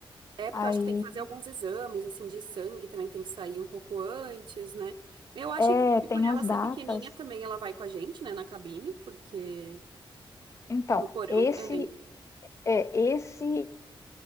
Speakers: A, on the right; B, on the left.
A: É porque
B: Aí
A: eu acho que tem que fazer alguns exames, assim, de sangue também tem que sair um pouco antes, né? Eu acho
B: é,
A: que que
B: tem
A: por ela
B: as
A: ser
B: datas.
A: pequenininha também ela vai com a gente, né, na cabine, porque
B: Então,
A: no porão
B: esse
A: eu nem.
B: é esse